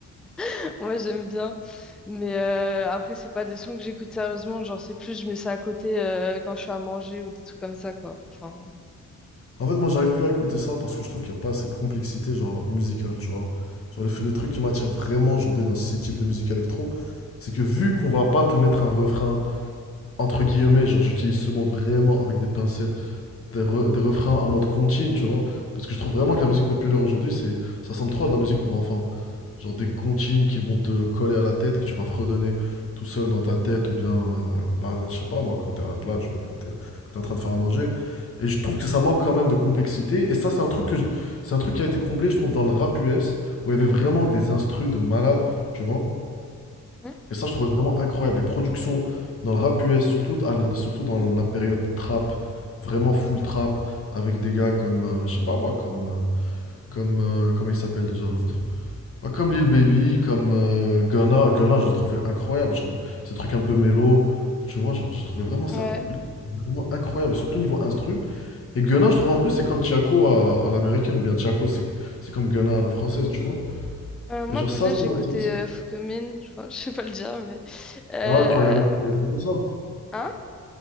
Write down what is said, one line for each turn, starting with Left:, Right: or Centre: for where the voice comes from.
Centre: <laughs> Moi, j'aime bien. Mais euh, après, c'est pas des sons que j'écoute sérieusement. Genre, c'est plus, je mets ça à côté euh, quand je suis à manger ou des trucs comme ça, quoi. Enfin,
Left: En fait, moi, j'arrive plus à écouter ça parce que je trouve qu'il n'y a pas assez de complexité, genre, musicale, tu vois. Genre, le, le truc qui m'attire vraiment aujourd'hui dans ces types de musique électro, c'est que vu qu'on va pas te mettre un refrain, entre guillemets, genre, j'utilise ce mot vraiment avec des pincettes, des, re- des refrains en mode contine, tu vois. Parce que je trouve vraiment que la musique populaire aujourd'hui, c'est, ça ressemble trop à de la musique pour enfants. Genre des comptines qui vont te coller à la tête et que tu vas fredonner tout seul dans ta tête, ou bien, euh, bah, je sais pas moi, quand t'es à la plage, ou bien quand t'es, quand t'es en train de faire à manger. Et je trouve que ça manque quand même de complexité. Et ça, c'est un truc que je- c'est un truc qui a été comblé, je trouve, dans le rap US, où il y avait vraiment des instrus de malades, tu vois.
Centre: Mhm.
Left: Et ça, je trouvais vraiment incroyable. Les productions dans le rap US, surtout, à l- surtout dans la période trap, vraiment full trap, avec des gars comme, euh, je sais pas moi, comme, euh, comme, euh, comment il s'appelle déjà l'autre? Pas comme Lil Baby, comme euh, Gunna. Gunna, je le trouvais incroyable. genre, ces trucs un peu mélo. Tu vois, genre, j'ai trouvé vraiment ça
Centre: ouais.
Left: ul- vraiment incroyable, surtout niveau instru. Et Gunna, je trouve un peu, c'est comme Tiako à, à l'américaine, ou bien Tiako, c'est c'est comme Gunna à la française, tu vois.
Centre: Euh, moi,
Left: Et genre,
Centre: Guna,
Left: ça, c'est.
Centre: j'écoutais
Left: c'est- c'est-
Centre: euh, Fukuyumin, je crois, <laughs> je sais pas le dire, mais... Euh,
Left: Ah, tu as regardé, tu as écouté ça?
Centre: Hein?